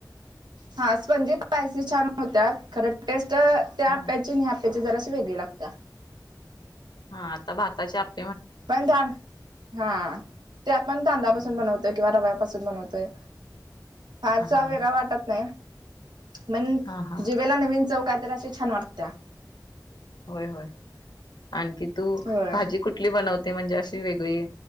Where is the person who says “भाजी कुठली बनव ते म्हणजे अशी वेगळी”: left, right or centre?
Left